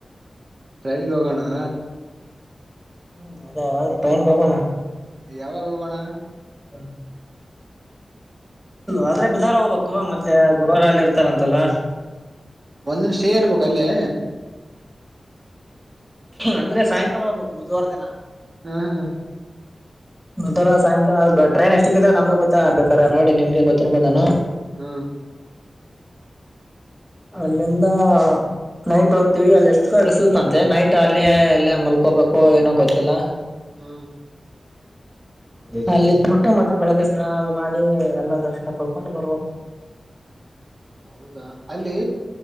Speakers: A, on the right; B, in the centre.
A: ಟ್ರೈನಗೆ ಹೋಗಣಾ
B: ಹ್ಮ್ ಅದೇ ಟ್ರೈನ್ ಗೆ ಹೋಗೋಣ.
A: ಯಾವಾಗ ಹೊಗೋಣ
B: ಹಾ ಆದ್ರೆ ಬುಧವಾರ ಹೋಬಕ್ಕ್ ಮತ್ತೆ ಗುರುವಾರ ಅಲ್ಲಿ ಇರ್ತಾರಂತಲ್ಲ.
A: ಒಂದ್ ನಿಮಿಷೇ ಇರ್ಬೇಕು ಅಲ್ಲೇ.
B: ಅಂದ್ರೆ ಸಾಯಂಕಾಲ ಹೋಗ್ಬೇಕು ಬುಧವಾರ ದಿನ
A: ಹಾ ಹಾ
B: ಮದರಾ ಸಾಯಂಕಾಲ ಟ್ರೈನ್ ಎಷ್ಟುಕ್ಕ ನಮ್ಗೆ ಗೊತ್ತ ಬೇಕಾರೆ ನೋಡಿ ನಿಮ್ಗೆ ಗೊತ್ತಿರಬಹುದೇನು
A: ಹಾ
B: ಅಲ್ಲಿಂದ ನೈಟ್ ಹೋಗ್ತೀವಿ ಅಲ್ಲಿ ಎಷ್ಟು ಕರ್ಸುತ್ತಂತೆ ನೈಟ್ ಅಲ್ಲೇ ಅಲ್ಲೇ ಮಲ್ಕೋಬೇಕು ಏನೋ ಗೊತ್ತಿಲ್ಲಾ.
A: ಹು
B: ನಾ ಇಲ್ಲಿ ಇದ್ಬಿಟ್ಟು ಮತ್ತೆ ಬೆಳಿಗ್ಗೆ ಸ್ನಾನ ಅದು ಮಾಡಿ ಎಲ್ಲ ದರ್ಶನ ಪಡ್ಕೊಂಡು ಬರ್ಬೇಕು.
A: ಹೌದಾ ಅಲ್ಲಿ